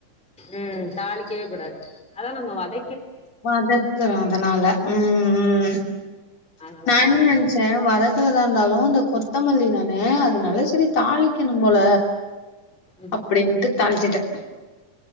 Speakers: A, in the centre; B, on the left.
A: ம் தாளிக்கவே கூடாது அதா நம்ம வத
B: வதக்குறோ அதனால ம் ம்
A: அதனால
B: நா
A: தாளிக்கணு
B: என்ன நென்ச்சே வத க்கதாந்தாலு அந்த கொத்தமல்லி தானே அதுனால செரி தாளிக்கணும் போல
A: ம்ஹும்
B: அப்டின்ட்டு தாள்ச்சிட்டே.